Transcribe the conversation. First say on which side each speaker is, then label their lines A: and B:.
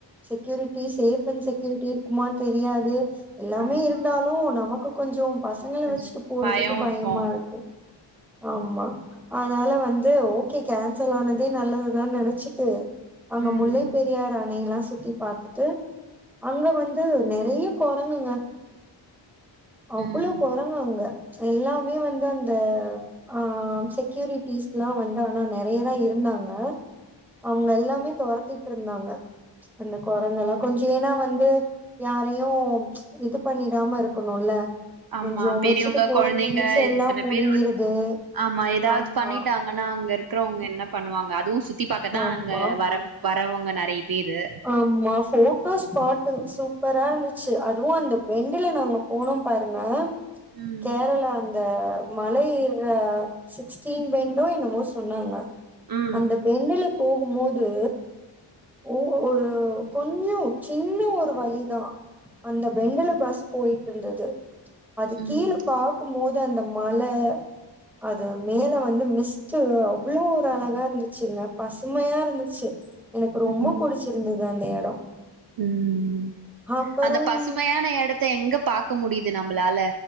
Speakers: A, in the centre; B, on the right (about 50°).
A: செக்யூரிட்டி சேஃப் அண்ட் செக்யூரிட்டி இருக்குமான் தெரியாது எல்லாமே
B: ஆமா
A: இருந்தாலு நமக்கு கொஞ்சோ பசங்கள
B: கொஞ்சோ
A: வச்சுட்டு போறதுக்கு
B: பயோ
A: பயமா
B: இருக்கு
A: இருக் ஆமா அதால வந்து ஓகே கேன்சல் ஆனதே நல்லது நா நெனச்சிட்டு அங்க
B: ம்
A: முல்லை பெரியார் அணையெல்லா சுத்தி பாத் துட்டு அங்க வந்து நெறைய கொரங்குங்க அவ்ளோ
B: ம்
A: கொரங்கு அங்க எல்லாமே வந்து அந்த ஆ செக்யூரிட்டிஸ்ல்லா வந்து ஆனா நெறையதா இருந்தாங்க அவங்க எல்லாமே தொரத்திட்ருந்தாங்க அந்த கொரங்கல்லா கொஞ்சோ ஏனா வந்து யாரையு இது பண்ணிடாம இருக்கணுல்ல
B: ஆமா
A: கொஞ்சோ
B: பெரியவங்க
A: வச்சுட்டு போற
B: கொழந்தைங்க
A: திங்ஸ் எல்லா
B: இத்தன
A: புடுங்கிருது
B: பேரு வந் ஆமா ஏதாது
A: ஆமா
B: பண்ணிட்டா ண்ணா அங்க இருக்கறவங்க என்ன பண்ணுவாங்க அதுவு சுத்தி பாக்கதா
A: ஆமா
B: அங்க வர வரவங்க நெறைய பேரு
A: ஆமா போட்டோ ஸ்பாட்டு சூப்பரா இருந்துச்சு அதுவு அந்த பெண்டுல நாங்க போனோ பாருங்க
B: ம்
A: கேரளா அந்த மலை ஏர்ற சிக்ஸ்டீன் பென்டோ என்னவோ சொன்னாங்க
B: ம்
A: அந்த பெண்டுல போகும்போது உ ஒரு கொஞ்சோ சின்ன ஒரு வழிதா அந்த பெண்டுல பஸ் போயிட்ருந்தது அது
B: ம்
A: கீழ பாக் க்கும் போது அந்த மல அது மேல வந்து மிஸ்ட்டு அவ்ளோ ஒரு அழகா இருந்துச்சுங்க பசுமையா இருந்துச்சு எனக்கு ரொம்ப
B: ம்
A: புடிச்சுருந்தது அந்த எடோ
B: ம்
A: அப்பறம்
B: அந்த பசுமையான எடத்த எங்க பாக்க முடிது நம்மளால